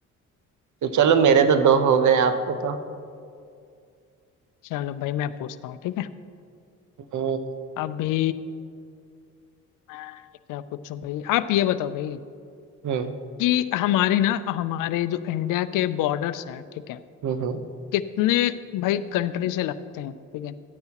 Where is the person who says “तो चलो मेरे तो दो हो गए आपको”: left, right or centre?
Right